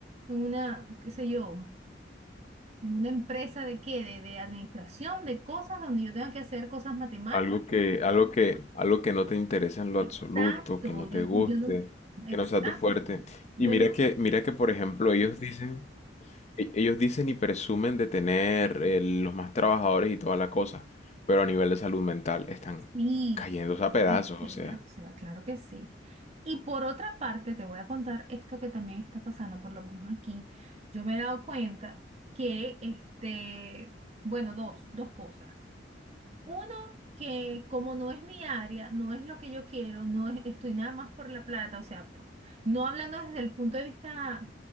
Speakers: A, on the right (about 35°); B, on the left (about 40°).
A: en una, qué sé yo. en Una empresa de qué, de, de administración, de cosas donde yo tenga que hacer cosas matemáticas
B: Algo que, algo que, algo que no te interesa en lo
A: Exacto,
B: absoluto, que no
A: yo,
B: te guste,
A: yo no, exacto,
B: que no sea tu fuerte.
A: yo
B: Y mira
A: nunca,
B: que, mira que, por ejemplo, ellos dicen, e- ellos dicen y presumen de tener eh, los más trabajadores y toda la cosa, pero a nivel de salud mental están
A: sí,
B: cayéndose a pedazos,
A: es cero,
B: o sea,
A: o sea, claro que sí. Y por otra parte, te voy a contar esto que también está pasando, por lo menos aquí, yo me he dado cuenta que, este, bueno, dos, dos cosas. Uno, que como no es mi área, no es lo que yo quiero, no es- estoy nada más por la plata, o sea, po- no hablando desde el punto de vista